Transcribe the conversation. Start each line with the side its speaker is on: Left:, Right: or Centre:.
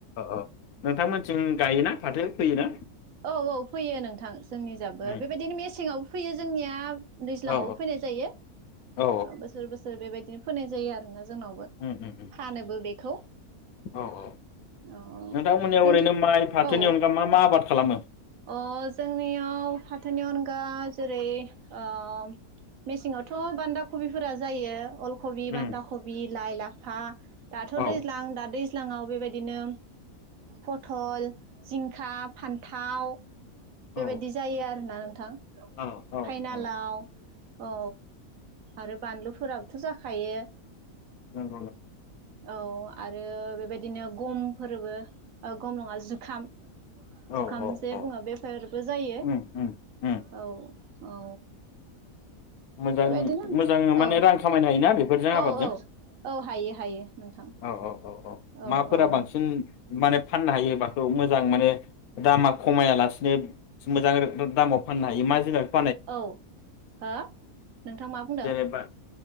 Left: ओ नोंथांमोनथिं गायोना फाथो फोयोना?
Right: औ औ फोयो नोंथां जोंनि जाबो
Left: उम
Right: बेबायदिनो मेसेंआवबो फोयो जोंनिया दैज्लाङावबो
Left: औ
Right: फोनाय जायो
Left: औ
Right: ओ बोसोर बोसोर बेबायदिनो फोनाय जायो आरोना जोंनावबो
Left: औ उम उम उम
Right: फानोबो बेखौ
Left: औ औ
Right: अ अ
Left: नोंथांमोननियाव
Right: नोंथ
Left: ओरैनो माइ फाथोनि
Right: औ
Left: अनगा मा मा आबाद खालामो?
Right: अ जोंनियाव फाथोनि अनगा जेरै ओम मेसेंआवथ' बान्दा खबिफोरा जायो अल खबि
Left: उम
Right: बान्दा खबि लाइ लाफ हा दाथ'
Left: औ
Right: दैज्लां दा दैज ज्लाङाव बेबायदिनो पथल जिंखा फान्थाव बेबायदि
Left: औ
Right: जायो आ आ <unintelligible> ना नोंथां
Left: औ औ
Right: फाइनालाव
Left: औ
Right: औ आरो बानलुफोराबोथ' जाखायो।
Left: <unintelligible>
Right: औ आरो बेबायदिनो गमफोरबो औ गम नङा जुखाम
Left: औ
Right: जुखामजे
Left: औ
Right: बुङो बेफरबो जायो
Left: उम उम उम
Right: औ औ
Left: मोजां
Right: बेबायदिनो
Left: मोजां माने
Right: अ
Left: रां खामायनो हायोना बेफोरजों
Right: औ
Left: आबादजों
Right: औ औ हायो। <unintelligible> नोंथां
Left: औ औ औ
Right: औ औ
Left: माफोरा बांसिन माने फाननो हायो माखौ मोजां माने दामा खमायालासिनो मोजां दा दामाव फाननो हायो मा जिरा <unintelligible>
Right: औ हो? नोंथां मा बुंदों
Left: जेनेबा